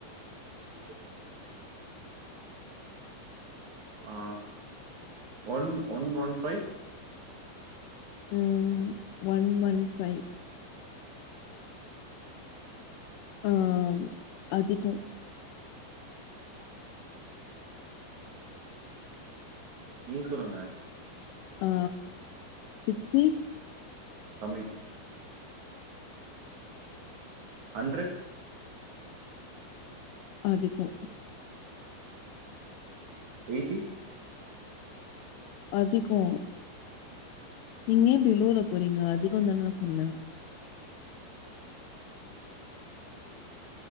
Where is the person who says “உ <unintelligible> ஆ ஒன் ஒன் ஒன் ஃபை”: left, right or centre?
Right